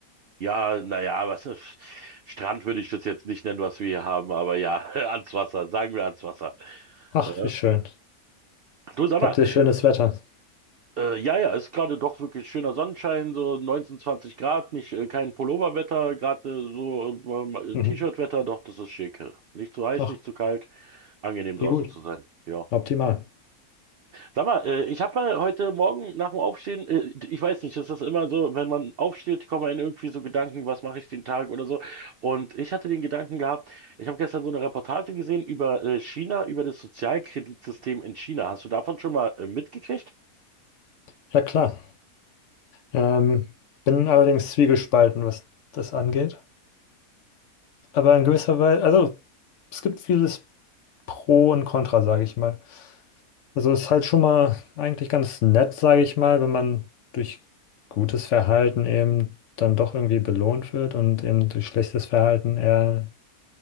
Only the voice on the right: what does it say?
Ja, naja, was ist, Strand würde ich das jetzt nicht nennen, was wir hier haben, aber ja, <laughs> ans Wasser, sagen wir ans Wasser.
Ja.
Du, sag
mal,
Äh, ja, ja, ist gerade doch wirklich schöner Sonnenschein, so 19, 20 Grad, nicht äh, kein Pulloverwetter, gerade äh, so ähm, äh,
T-Shirt-Wetter, doch, das ist schick. Nicht zu heiß,
nicht zu kalt, angenehm draußen
zu sein. Ja.
Sag mal, äh, ich habe mal heute Morgen nach dem Aufstehen, äh, ich weiß nicht, ist das immer so, wenn man aufsteht, kommen einem irgendwie so Gedanken, was mache ich den Tag oder so. Und ich hatte den Gedanken gehabt, ich habe gestern so eine Reportage gesehen über äh, China, über das Sozialkreditsystem in China. Hast du davon schon mal äh, mitgekriegt?